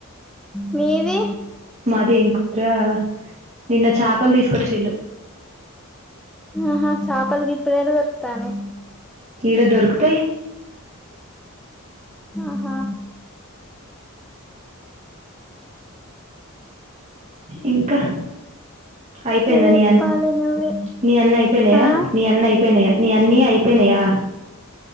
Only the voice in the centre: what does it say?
మీది
ఆహా చాపల్ గిప్పడాడదొరుకుతానే
ఆహా
ఇంకా చెప్పాలి
నువ్వే
ఆ